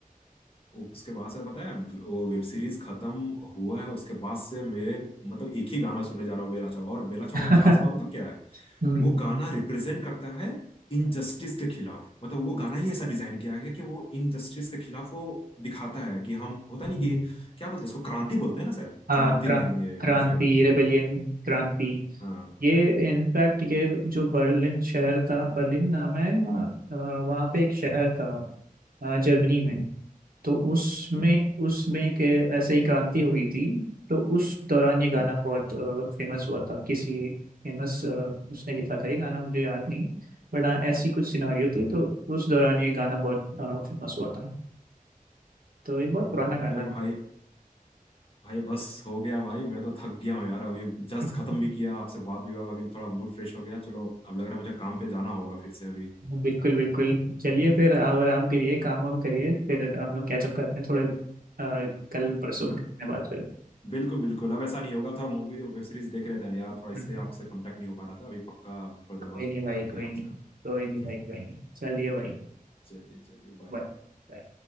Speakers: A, on the left (about 40°); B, on the right (about 80°).
A: उसके बाद से पता है वो वेब सीरीज खत्म हुआ है उसके बाद से मेरे मतलब एक ही गाना सुनने जा रहा हूँ बेला चाव और बेला चाव
B: <laughs>
A: का खास बात पता क्या है
B: हम्म,
A: वो गाना रिप्रेजेंट करता है इनजस्टिस के खिलाफ मतलब वो गाना ही ऐसा डिजाइन किया गया कि वो इनजस्टिस के खिलाफ वो दिखाता है कि हम होता
B: हम्म।
A: नहीं कि क्या बोलते हैं इसको क्रांति बोलते हैं ना शायद
B: हाँ
A: क्रांति
B: क्रा,
A: लाएंगे
B: क्रांति
A: या फिर
B: रेबेलियन क्रांति
A: हाँ
B: ये इनफैक्ट ये जो बर्लिन शहर था बर्लिन नाम है या, अ, वहाँ पे एक शहर था अ, जर्मनी में
A: हम्म
B: तो उसमें
A: हम्म
B: उसमें के ऐसे ही क्रांति हुई थी तो उस दौरान ये गाना
A: हम्म
B: बहुत फेमस हुआ था किसी फेमस उसने लिखा था ये गाना मुझे याद नहीं बट हाँ ऐसी कुछ सिनेरियो थी तो उस दौरान ये गाना बहुत फेमस हुआ था तो ये बहुत
A: हम्म,
B: पुराना गाना
A: अरे भाई भाई बस हो गया भाई मैं तो थक गया हूँ यार अभी
B: <laughs>
A: जस्ट
B: है
A: खत्म भी किया आपसे बात हुई अब अभी थोड़ा मूड फ्रेश हो गया चलो अब लग रहा है मुझे काम पे जाना होगा फिर से अभी
B: बिल्कुल बिल्कुल चलिए फिर आप आराम करिए काम वाम करिए फिर हम लोग कैचअप करते हैं थोड़े अ, कल परसों
A: बि-
B: में करते हैं बात फिर
A: बिल्कुल बिल्कुल अब ऐसा नहीं होगा थोड़ा मूवी और वेब सीरीज देख रहे थे ना यार थोड़ा इसलिए
B: हम्म,
A: आपसे कांटेक्ट नहीं हो पा रहा था अभी पक्का थोड़ी देर
B: कोई
A: बाद
B: नहीं भाई
A: करते
B: कोई
A: हैं आपसे
B: नहीं
A: हम
B: कोई नहीं भाई कोई
A: <laughs>
B: नहीं चलिए भाई
A: चलिए चलिए बाय
B: बाय
A: बाय